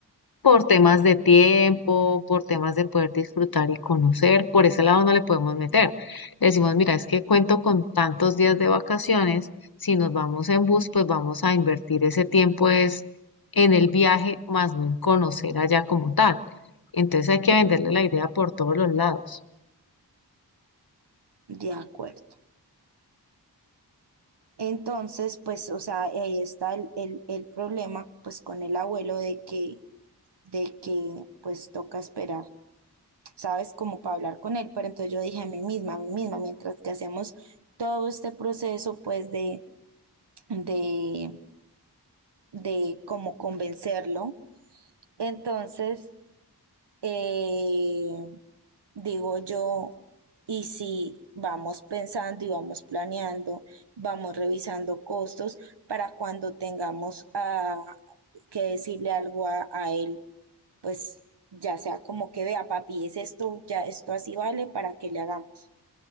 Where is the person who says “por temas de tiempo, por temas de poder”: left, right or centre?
Left